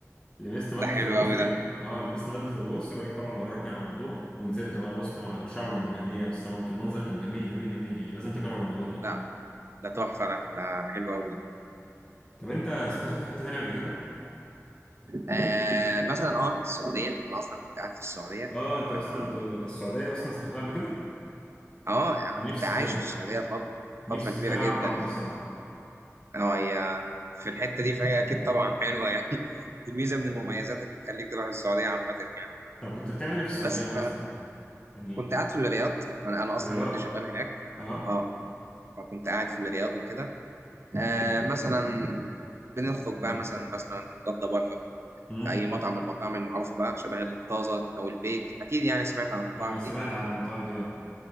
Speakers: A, on the left; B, on the right.
A: لبست بدلة
B: ده حلو
A: الغوص
B: قوي
A: دي
B: ده
A: اه لبست بدلة الغوص الراجل طبعا دربني على الموضوع ونزلت بقى غوصت مع الشعب المرجانية والسمك المنظر كان جميل جميل جميل يعني لازم تجرب الموضوع ده
B: لا ده تحفه ده ده حلو قوي ده
A: طب انت سافرت في حتة تانية قبل كده؟
B: آه مثلا اه السعوديه انا اصلا كنت قاعد في السعوديه
A: اه انت اصلا
B: انا
A: انت السعودية اصلا سافرتها قبل كده؟
B: اه يعني
A: انا
B: كنت
A: نفسي
B: عايش
A: اسافرها
B: في السعوديه فتره
A: نفسي
B: فتره كبيره
A: اسافرها
B: جدا
A: اعمل عمرة
B: يعني
A: الصراحة
B: اه هي في الحته دي فهي اكيد طبعا حلوه يعني <laughs> دي ميزه من المميزات اللي تخليك تروح السعوديه عامه يعني
A: طب كنت بتعمل ايه في السعودية
B: بس
A: مثلا؟ يعني
B: فكنت قاعد في الرياض انا أنا اصلا
A: الرياض
B: والدي شغال هناك اه
A: اه
B: آه. فكنت قاعد في الرياض وكده آه مثلا بنخرج بقى مثلا مثلا نتغدى بره
A: امم
B: في اي مطعم من المطاعم المعروفه بقى شبه الطازج او البيك اكيد يعني سمعت عن المطاعم
A: آه سمعت
B: دي
A: عن المطاعم دي اه